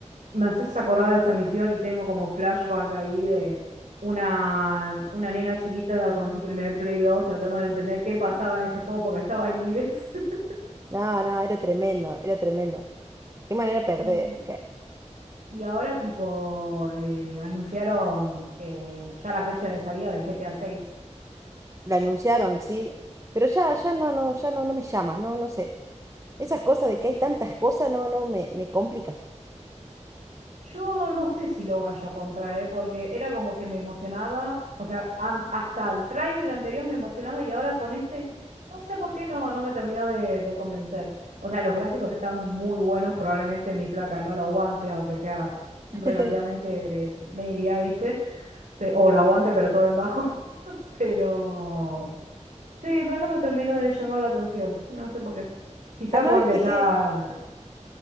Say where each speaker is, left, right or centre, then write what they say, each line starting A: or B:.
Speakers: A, on the right; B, on the right.
A: Me haces acordar de esa misión y tengo como flashback ahí de una, una nena chiquita con su primer Play 2 tratando de entender qué pasaba en ese juego porque estaba en inglés. <laughs>
B: No, no, era tremendo, era tremendo. Qué manera de perder.
A: Y, y ahora tipo eh, anunciaron eh, ya la fecha de salida del GTA 6.
B: La anunciaron, sí, pero ya, ya no, no, ya no, no me llama, no, no sé. Esas cosas de que hay tantas cosas, no, no, me, me complica.
A: Yo no sé si lo vaya a comprar, ¿eh? Porque era como que me emocionaba, o sea, an- hasta el tráiler anterior me emocionaba y ahora con este, no sé por qué no, no me terminó de, de convencer. O sea, los gráficos están muy buenos, probablemente mi placa no lo aguante, aunque sea relativamente
B: <laughs>
A: de media, ¿viste? Pe- o lo aguante, pero todo en bajo. <laughs> Pero sí, pero no me terminó de llamar la atención, no sé por qué. Quizá
B: Además,
A: porque
B: viste
A: ya,
B: que